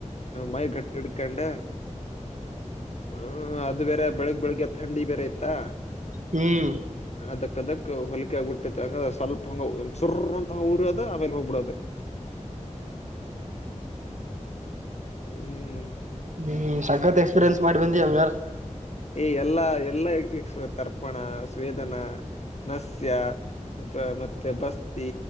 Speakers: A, on the left; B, on the right.
A: ಮೈ ಗಟ್ಟಿ ಹಿಡ್ಕೊಂಡ ಹ ಅದು ಬೇರೆ ಬೆಳಗ್ ಬೆಳಗ್ಗೆ ಥಂಡಿ ಬೇರೆ ಇತ್ತಾ.
B: ಹ್ಮ್
A: ಅದಕ್ ಅದಕ್ ಹೊಲಿಕೆ ಆಗ್ಬಿಟ್ಟತೆ ಹಂಗ ಸ್ವಲ್ಪ ಹಂಗ ಚುರ್ ಅಂತ ಉರ್ಯೊದು ಆಮೇಲೆ ಹೋಗ್ಬಿಡೋದು. ಹ್ಮ್
B: ಹ್ಮ್ ಸಕತ್ ಎಕ್ಸ್ಪೀರಿಯನ್ಸ್ ಮಾಡಿ ಬಂದಿಯಲ್ಲಾ.
A: ಈ ಎಲ್ಲಾ ಎಲ್ಲಾ ತರ್ಪಣ ಸ್ವೇದನಾ ನಸ್ ತ್ಯ ಮತ್ತೆ ಬಸ್ತಿ